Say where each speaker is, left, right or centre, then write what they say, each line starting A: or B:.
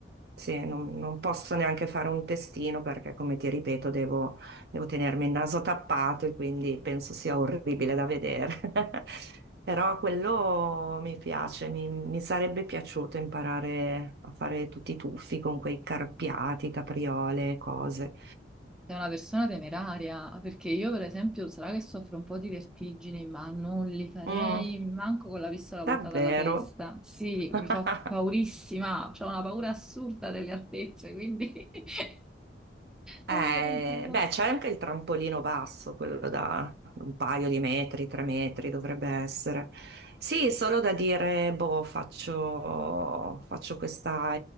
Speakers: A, on the right; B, in the centre.
A: sì, non non posso neanche fare un testino perché, come ti ripeto, devo Devo tenermi il naso tappato e quindi penso sia orribile da vedere. <laughs> Però quello mi piace, mi, mi sarebbe piaciuto imparare a fare tutti i tuffi con quei carpiati, capriole, cose.
B: Sei una persona temeraria, ah, perché io per esempio sarà che soffro un po' di vertigini, ma non li farei
A: Mm,
B: manco con la pistola
A: davvero?
B: puntata alla testa. Sì,
A: <laughs>
B: mi fa paurissima, ho una paura assurda delle altezze, quindi <laughs> è
A: Eh,
B: il mio incubo.
A: beh, c'è anche il trampolino basso, quello da un paio di metri, tre metri dovrebbe essere. Sì, solo da dire, boh, faccio, faccio questa,